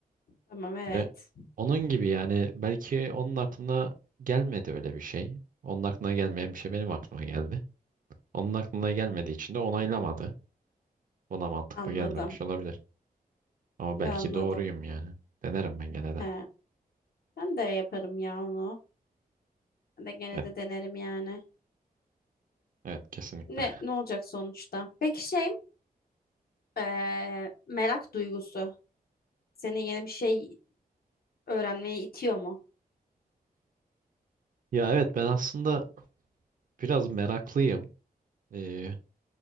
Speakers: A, on the left; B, on the right.
A: Tamam evet.
B: Böyle onun gibi yani belki onun aklına gelmedi öyle bir şey. Onun aklına gelmeyen bir şey benim aklıma geldi. Onun aklına gelmediği için de onaylamadı. Ona mantıklı
A: Anladım.
B: gelmemiş olabilir. Ama belki
A: Anladım.
B: doğruyum yani. Denerim ben gene de.
A: He. Ben de yaparım ya onu. Ben de gene
B: Evet,
A: de denerim yani.
B: evet kesinlikle.
A: Ne ne olacak sonuçta? Peki şey eee, merak duygusu. Seni yeni bir şey öğrenmeye itiyor mu?
B: Ya evet ben aslında biraz meraklıyım. Ee,